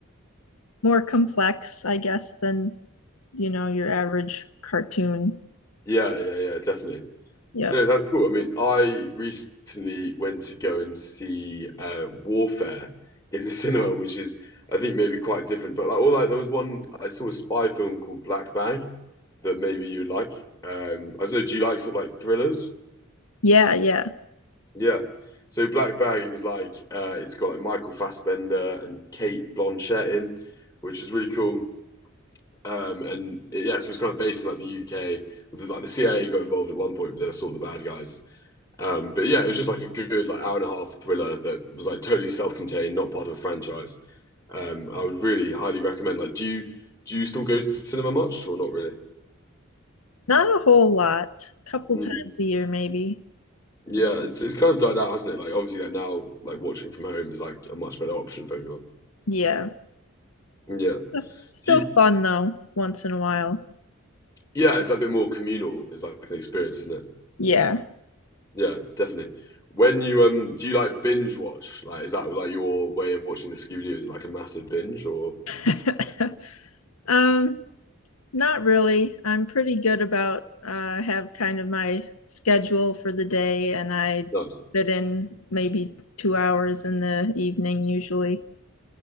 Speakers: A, on the left; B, on the left.
A: more complex, I guess, than you know, your average cartoon.
B: yeah, yeah, yeah, definitely.
A: Yep.
B: No, that's cool. I mean, I recently went to go and see uh Warfare in the <laughs> cinema, which is I think maybe quite different, but like all like there was one I saw a spy film called Black Bag. that maybe you like. Um, I don't know. Do you like sort of like thrillers?
A: Yeah, yeah.
B: Yeah. So Black Bag, it was like uh, it's got like Michael Fassbender and Kate Blanchett in, which was really cool. Um, and it, yeah, so it was kind of based in like the UK. With, like the CIA got involved at one point, but they were sort of the bad guys. Um, but yeah, it was just like a good like hour and a half thriller that was like totally self-contained, not part of a franchise. Um, I would really highly recommend. Like, do you do you still go to the cinema much or not really?
A: Not a whole lot. Couple
B: Hmm.
A: times a year maybe.
B: Yeah, it's it's kind of died out, hasn't it? Like obviously, like now, like watching from home is like a much better option for everyone.
A: Yeah.
B: Yeah,
A: That's Still
B: you,
A: fun though, once in a while.
B: yeah, it's a bit more communal. It's like an experience, isn't it?
A: Yeah.
B: Yeah, definitely. When you um, do you like binge watch? Like, is that like your way of watching the Scooby Doo? Is it like a massive binge or
A: <laughs> Um, not really. I'm pretty good about uh have kind of my schedule for the day and I
B: nice?
A: fit in maybe two hours in the evening usually.